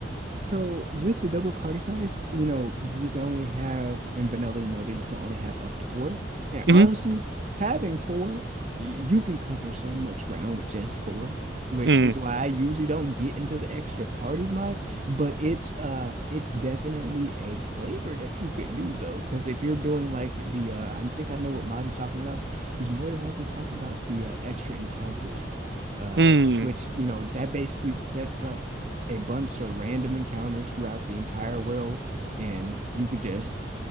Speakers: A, on the right; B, on the right.
A: So with the double party size, you know, you can only have in vanilla, you know, that you can only have up to four. And
B: mm,
A: honestly, having four, y- you can cover so much ground with just four, which
B: mm,
A: is why I usually don't get into the extra parties mod. But it's uh, it's definitely a flavor that you could do though, because if you're doing like the uh, I think I know what mod he's talking about. He's more than likely talking about the uh, extra encounters uh,
B: mm,
A: which you know that basically sets up a bunch of random encounters throughout the entire world, and you could just